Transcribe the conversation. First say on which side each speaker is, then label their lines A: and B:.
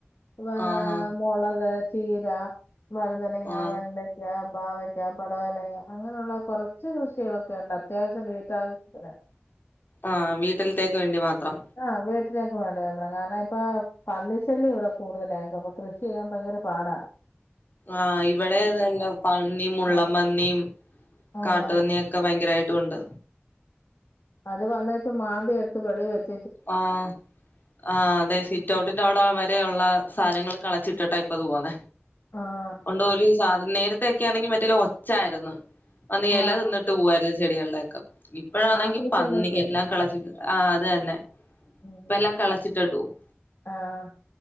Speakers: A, on the left; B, on the left.
A: വാഹ്.
B: ആഹാ
A: മെളക്, ചീര, വഴുതനങ്ങാ,
B: ആഹ്
A: വെണ്ട യാ, പാവയ്ക്കാ, പടവലങ്ങാ അങ്ങനുള്ള കൊറച്ച് കൃഷികളൊക്കെ ണ്ട്. അത്യാവശ്യം വീട്ടാവശ്യത്തിന്.
B: ആഹ്, വീട്ടിൽത്തേക്ക് വേണ്ടി മാത്രം.
A: ആഹ് വീട്ടിലേക്ക് വേണ്ടി മിത്രം. കാരണം ഇപ്പേ പന്നിശല്യം ഇവിടെ കൂടുതലായിക്കാ, അപ്പ കൃഷി ചെയ്യാൻ ഭയങ്കര പാടാ <inaudible>
B: ആഹ്, ഇവിടെ അത് തെന്നെ. പന്നി, മുള്ളംപന്നി,
A: ആഹ് ആഹ്
B: കാട്ടുപന്നിയൊ ക്ക ഭയങ്കരായിട്ടുണ്ട്.
A: അത് വന്നെച്ച് മാന്ത്യടുത്ത് വെളീവെച്ച്
B: ആഹ്. ആഹ്, അതെ സിറ്റൗട്ടിന്റെ അവ്ടാ വരെയുള്ളാ സാനങ്ങൾ കെളച്ചിട്ടിട്ടാ ഇപ്പത് പോന്നെ
A: ആഹ്
B: ഉണ്ടേലീ സാധനം നേരത്തെ ക്കാണെങ്കിൽ മറ്റെല്ലാ ഒച്ചായിരുന്നു. വന്ന് എല
A: ആഹ്
B: തിന്നി ഇട്ട് പോവമായിരുന്ന ചെടികളിലെക്കെ ഇപ്പഴാണെങ്കി,
A: ആഫ്രിക്കൻ
B: പന്നി
A: നട്ട്
B: എല്ലാം കളച്ചിട്ട്. ആഹ്, അത് തന്നെ.
A: ഉം
B: ഇപ്പ എല്ലാം കളച്ചിട്ടിട്ട് പോവും
A: ആഹ്